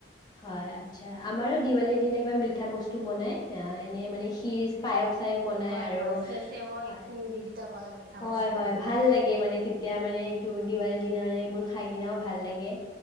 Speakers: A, on the left; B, on the right.
A: হয় আচ্ছা আমাৰ দিৱালীৰ দিনা কিবা মিঠা বস্তু বনাই এনে মানে পায় পাইঅস বনাই
B: হয়
A: আৰু
B: হয় চে চেৱৈ
A: হয়
B: খিৰ এইকেইটা বনাই মিঠা বস্তু
A: হয়, ভাল লাগে
B: হয়
A: মানে এইটো দেৱা দিনা মানে এইবোৰ খাই কিনাও ভাল লাগে